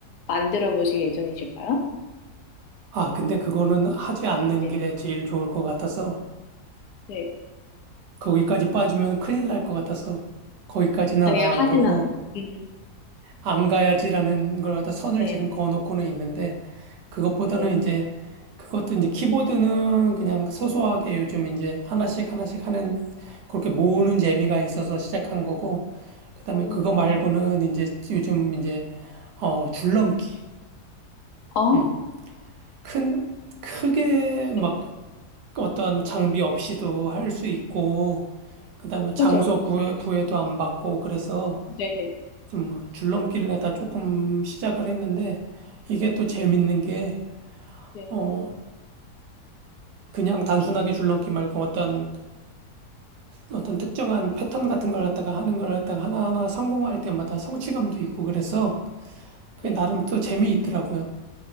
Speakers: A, on the left; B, on the right.
A: 만들어 보실 예정이실까요?
B: 아, 근데 그거는 하지 않는
A: 네.
B: 게 제일 좋을 것 같아서,
A: 네.
B: 거기까지 빠지면 큰일 날 것 같아서, 거기까지는
A: 아니,
B: 안
A: 하진
B: 가고,
A: 않고. 음.
B: 안 가야지라는 걸 갖다 선을
A: 네.
B: 지금 그어놓고는 있는데, 그것보다는
A: 네네.
B: 이제 그것도 이제 키보드는 그냥 소소하게 요즘 이제 하나씩 하나씩 하는 그렇게 모으는 재미가 있어서 시작한 거고 그다음에
A: 어,
B: 그거 말고는 이제 요즘 이제 어 줄넘기
A: 아,
B: 음. 큰 크게 막
A: 네.
B: 어떤 장비 없이도 할 수 있고 그다음에 장소
A: 그죠.
B: 구해 구애도 안 받고 그래서
A: 네네.
B: 좀 뭐 줄넘기를 하다 조금 시작을 했는데 이게 또
A: 네.
B: 재밌는 게
A: 네.
B: 어 그냥 단순하게 줄넘기 말고 어떤 어, 떤 특정한 패턴 같은 걸 갖다가 하는 걸 갖다가 하나하나 성공할 때마다 성취감도 있고 그래서 그게
A: 네.
B: 나름 또 재미있더라고요.